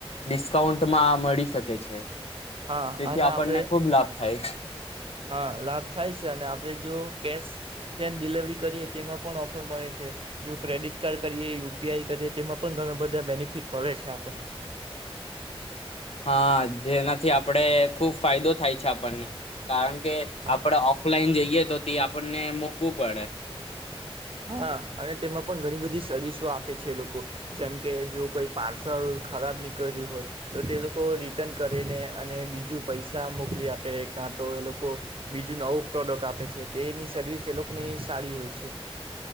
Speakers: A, on the left; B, on the right.
A: ડિસ્કાઉન્ટમાં મળી શકે છે.
B: હા
A: તેથી
B: અને
A: આપણને
B: આપડે
A: ખુબ લાભ થાય છે
B: હા લાભ થાય છે અને આપડે જો કેશ એન્ડ ડિલવરી કરીએ તેમાં પણ ઓફર મળે છે જો ક્રેડિટ કાર્ડ કરીએ યુપીઆઈ કરીએ તેમાં પણ ઘણા બધા બેનિફિટ મળે છે આપણને.
A: હા જેનાથી આપણેે ખુબ ફાયદો થાય છે આપણને. કારણ કે
B: હા
A: આપડ ઓફલાઈન જઈએ તો તે આપણને મોગવું પડે.
B: હા અને તેમાં પણ ઘણી બધી સર્વિસો આપે છે લોકો જેમ કે જો કોઈ પાર્સલ ખરાબ નીકળ્યું હોય તો તે લોકો રિટર્ન કરીને અને બીજું પૈસા મોકલી આપે કાં તો એ લોકો બીજું નવું પ્રોડક્ટ આપે છે તેની સર્વિસ એ લોકોની સારી હોય છે